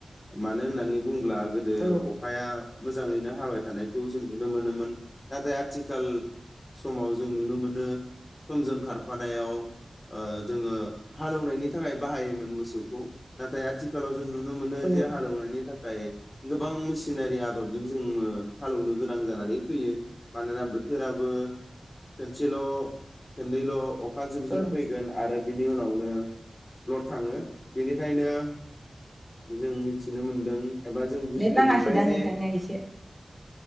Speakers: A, on the left; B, in the centre.
A: मानो होन्नानै बुङोब्ला गोदो
B: औ
A: अखाया मोजाङैनो हाबाय थानायखौ जों नुनो मोनोमोन नाथाय आथिखाल समाव जों नुनो मोनो समजों खारफानायाव ओ जोङो हालेवनायनि थाखाय बाहायोमोन मोसौखौ नाथाय आथिखालाव जों नुनो मोनो
B: औ
A: जे हालेवनायनि था ओफ्राय गोबां मेसिनारि आदबजों जोङो हालेवनो गोनां जानानै फैयो मानोना बोथोराबो खनसेल' खनैल' अखा जुब
B: औ
A: जुब फैगोन आरो बिनि उनाव ओ ब्लद थाङो बेनिखायनो जों मिथिनो मोन दों एबा जों बुजिनो
B: नेट नाङासै
A: मोनबाय
B: दा
A: जे
B: नोंथांनिया एसे